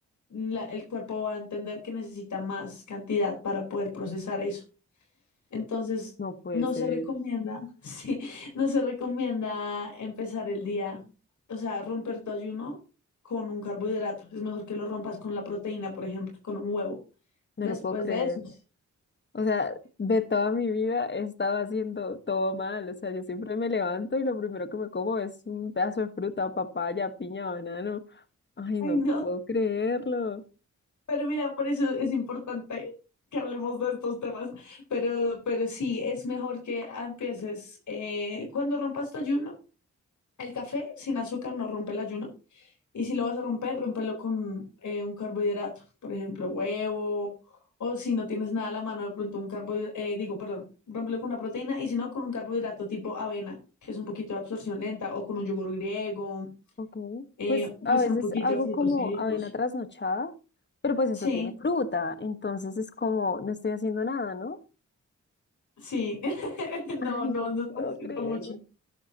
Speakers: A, on the left; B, on the left.
A: la- el cuerpo va a entender que necesita más cantidad para poder procesar eso. Entonces,
B: No puede
A: no
B: ser,
A: se recomienda, <laughs> sí, no se recomienda empezar el día, o sea, romper tu ayuno con un carbohidrato. Es mejor que lo rompas con la proteína, por ejemplo, con un huevo.
B: no
A: Después
B: lo puedo creer.
A: de eso. <laughs>
B: O sea, de toda mi vida he estado haciendo todo mal. O sea, yo siempre me levanto y lo primero que me como es un pedazo de fruta, papaya, piña, banano. Ay,
A: Ay,
B: no
A: no.
B: puedo creerlo.
A: Pero mira, por eso es importante que hablemos de estos temas. Pero, pero sí, es mejor que empieces eh, cuando rompas tu ayuno. El café sin azúcar no rompe el ayuno. Y si lo vas a romper, rompelo con eh, un carbohidrato, por ejemplo, huevo, o si no tienes nada a la mano, de pronto un carbohidrato, digo, perdón, rompelo con una proteína, y si no, con un carbohidrato tipo avena, que es un poquito de absorción lenta, o con un yogur griego,
B: Ok.
A: eh,
B: Pues
A: puede
B: a veces
A: ser un poquito
B: hago
A: de frutos
B: como
A: secos.
B: avena trasnochada, pero pues eso
A: Sí.
B: tiene fruta. Entonces es como, no estoy haciendo nada, ¿no?
A: Sí, <laughs> no,
B: Ay,
A: no,
B: no
A: no estás
B: puedo
A: haciendo
B: creerlo.
A: mucho.